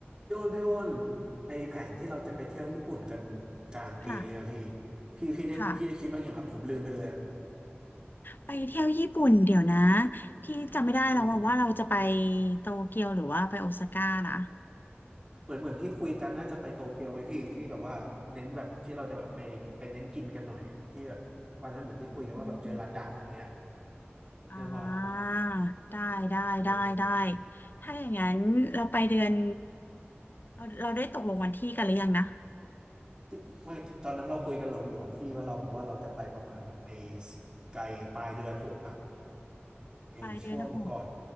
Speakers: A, on the right; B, on the left.
A: พี่อ้นพี่อ้นไอแผนที่เราจะไปเที่ยวญี่ปุ่นกันกลางปีนี้นะพี่
B: ค่ะ
A: พี่พี่ได้พี่ได้คิดบ้างยังอะผมลืมไปเลยอะ
B: ค่ะไปเที่ยวญี่ปุ่นเดี๋ยวนะพี่จำไม่ได้แล้วว่าว่าเราจะไป
A: เออ
B: โตเกียวหรือว่าไปโอซาก้านะ
A: เหมือนเหมือนที่คุยกันน่าจะไปโตเกียวไหมพี่ที่แบบว่าเน้นแบบที่เราจะแบบไปไปเน้นกินกันหน่อยอะที่แบบวันนั้นเหมือนได้คุยกันว่าแบบเจอร้านดังอย่างเงี้ย
B: อืมอ่
A: ใช่ป่ะ
B: าได้ได้ได้ได้
A: เออ
B: ถ้าอย่างนั้นเราไปเดือนเราเราได้ตกลงวันที่กันหรือยังนะ
A: ที่ไม่ที่ตอนนั้นเราคุยกันหลวมๆพี่ว่าเราบอกว่าเราจะไปประมาณแบบไอไกลปลายเดือนหกอะ ไอ้ช่วงก่อน
B: ปลายเดือนหก